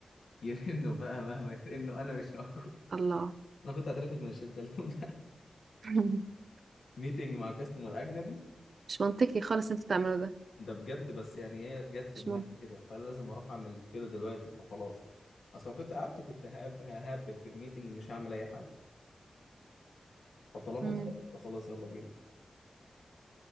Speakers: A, on the left; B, on the right.
A: يرنوا بقى مهما يرنوا انا مش موجود
B: الله
A: انا كنت هترفد من الشركه اليوم ده
B: <laughs>
A: <laughs> ميتنج مع كاستمر اجنبي
B: مش منطقي خالص انت تعمله ده
A: ده بجد بس يعني هي جت في
B: مش
A: دماغي
B: منطقي
A: كده فانا لازم اروح اعمل كده دلوقتي فخلاص اصل لو كنت قعدت كنت ههب- ههبل في الميتنج مش هعمل اي حاجه فطالما
B: مم.
A: طلبت فخلاص يلا بينا